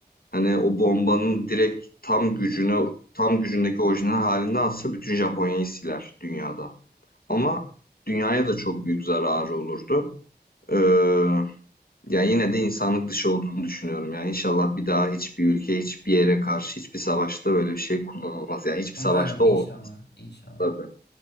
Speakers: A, on the left; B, on the left.
A: hani o bombanın direkt tam
B: Hı
A: gücüne
B: hı.
A: tam gücündeki orijinal halinde atsa bütün Japonya'yı siler dünyada. Ama dünyaya da çok büyük zararı olurdu. Eee ya yine de insanlık dışı olduğunu düşünüyorum. Yani inşallah bir daha hiçbir ülke, hiçbir yere karşı, hiçbir savaşta böyle bir şey kullanılmaz. Yani hiçbir
B: Umarım
A: savaşta
B: inşallah
A: olmaz
B: inşallah.
A: tabii.